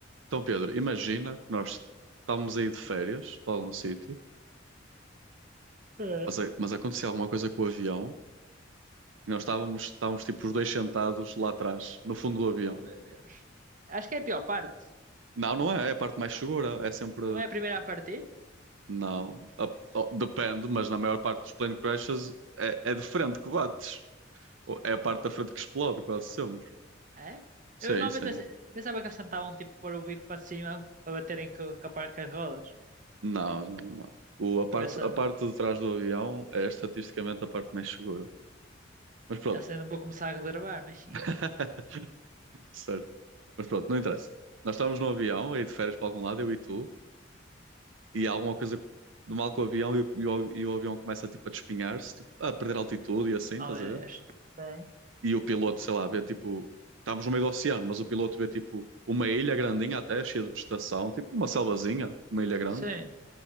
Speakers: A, on the right; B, on the right.
A: Então, Pedro, imagina que nós estávamos aí de férias para algum sítio,
B: É.
A: mas, a- mas acontecia alguma coisa com o avião e nós estávamos, estávamos tipo os dois sentados lá atrás, no fundo do avião.
B: Oh, meu Deus. Acho que é a pior parte.
A: Não, não é, é a parte mais segura, é sempre.
B: Não é a primeira a partir?
A: Não, A- oh, depende, mas na maior parte dos plane crashes é, é de frente que bates, Ou é a parte da frente que explode quase sempre.
B: É?
A: Sim,
B: Eu normalmente
A: sim.
B: ace- pensava que eles tentavam tipo pôr o bico para cima para baterem com, com a parte das rodas.
A: Não, não, não. O, a
B: Para
A: parte,
B: ver se
A: a parte de trás do avião é estatisticamente a parte mais segura. Mas pronto.
B: já sei, não vou começar a reservar, mas sim.
A: <laughs> certo. Mas pronto, não interessa. Nós estávamos no avião, aí de férias para algum lado, eu e tu, e há alguma coisa de mal com o avião e, o- e, o e o avião começa tipo a despinhar-se, tipo, a perder altitude e assim, estás
B: Oh, meu
A: a ver?
B: Deus. sim
A: E o piloto, sei lá, vê tipo. Estávamos no meio do oceano, mas o piloto vê tipo uma ilha grandinha até, cheia de vegetação, tipo uma selvazinha, uma ilha grande,
B: Sim,